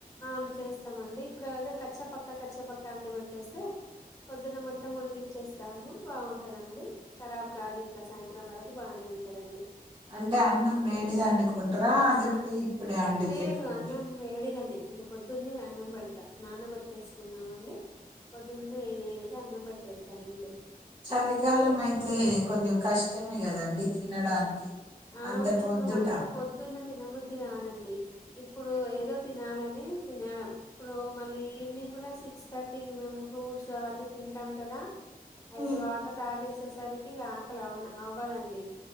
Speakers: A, on the left; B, on the right.
A: అవును చేస్తామండి ఇప్పుడు అద కచ్చాపక్క కచ్చాపక్క అన్నిీ పెట్టేస్తే పొద్దున మొత్తం ముడికిచ్చేస్తాము బాగుంటుందండి ఖరాబ్ కాదు ఇంకా సాయంత్రం వరకు బాగానే ఉంటుందండి
B: అంటే అన్నం వేడిద అండుకో ట అది
A: ఆ
B: ఇడి ఇప్పుడ ఆం
A: లేదు
B: కట్కుంట
A: అన్నం వేడిగానే ఇంక పొద్దున్నన్న అన్నం పెడతా నానబట్టేసుకున్నానండి పొద్దున్నని వేడి వేడిగా అన్నం పెట్టేస్తానండి
B: చలికాలం అయితే కొంచెం కష్టమే కదండి తినడానికి
A: అవును
B: అంత పొద్దుట
A: ఇప్పుడు మంత పొద్దున్న తినబుద్ధి కాదండి ఇప్పుడు ఏదో తినాలని తినడం ఇప్పుడు మళ్ళీ ఈవినింగ్ కూడా సిక్స్ థర్టీకి మేము ఫ్రూట్స్ అవన్నీ తింటాం కదా
B: హ్మ్.
A: అయితే వాటర్ తగ వచ్చేసరికి ఇక ఆకలి అ అవ్వదండి